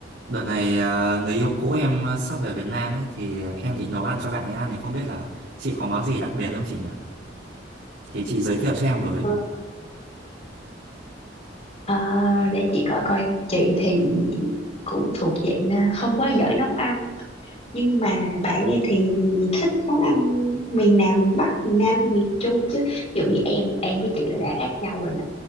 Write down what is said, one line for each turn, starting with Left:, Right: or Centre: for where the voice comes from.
Right: Đợt này à, người yêu cũ em à, sắp về Việt Nam ấy thì em định nấu ăn cho bạn ấy ăn thì không biết là chị có món gì đặc biệt không chị nhỉ? Thì chị giới thiệu cho em với.
Left: Ờ, à, để chị coi coi chị thì cũng thuộc dạng à, không quá giỏi nấu ăn nhưng mà bạn em thì thích món ăn miền nào miền Bắc miền Nam hay miền Trung chứ ví dụ như em em với chị là đã khác nhau rồi nè